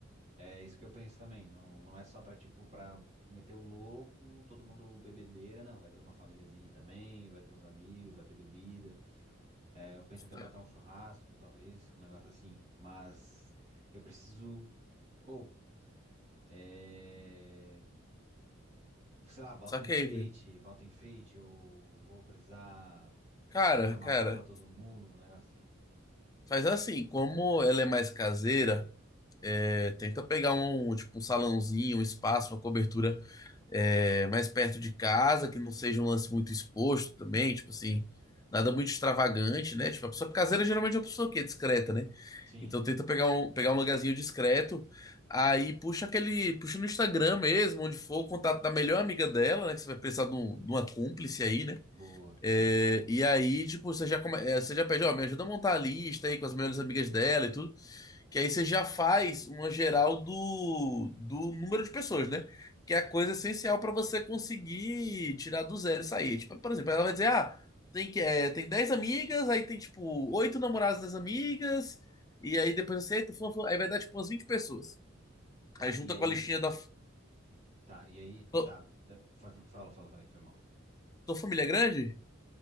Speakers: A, on the right (about 35°); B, on the left (about 20°).
A: É isso que eu penso também, não, não é só pra, tipo, pra meter o louco, todo mundo bebedeira, não, vai ter uma famíliazinha também, vai ter uns amigos, vai ter bebida. É, eu penso
B: sa-
A: até botar um churrasco, talvez, um negócio assim, mas eu preciso, pô, é, sei lá, bota
B: saquei,
A: um enfeite,
B: velho.
A: bota um enfeite, ou vou precisar
B: Cara,
A: comprar uma
B: cara,
A: van pra todo mundo, um negócio assim.
B: faz assim, como ela é mais caseira, é, tenta pegar um, tipo, um salãozinho, um espaço, uma cobertura é, mais perto de casa, que não seja um lance muito exposto também, tipo assim, nada muito extravagante, né? Tipo, a pessoa caseira geralmente é uma pessoa que é discreta, né?
A: Sim,
B: Então tenta pegar um, pegar um lugarzinho discreto, aí puxa aquele, puxa no Instagram mesmo, onde for o contato da melhor amiga dela, né? Que você vai precisar de, um- de uma cúmplice aí, né?
A: boa,
B: É,
A: tá.
B: e aí, tipo, você já, come, é, você já pede, ó, me ajuda a montar a lista aí com as melhores amigas dela e tudo. Que aí você já faz uma geral do, do número de pessoas, né? Que é a coisa essencial para você conseguir tirar do zero e sair. Tipo, por exemplo, ela vai dizer, ah, tem, que- é, tem 10 amigas, aí tem, tipo, oito namorados das amigas, e aí depois você, tu- aí vai dar, tipo, umas 20 pessoas.
A: Tá,
B: Aí junta
A: e aí,
B: com a listinha da...
A: tá, e aí,
B: Tua
A: tá. da- fa- fa- Fala, fala, falei, foi mal.
B: tua família é grande?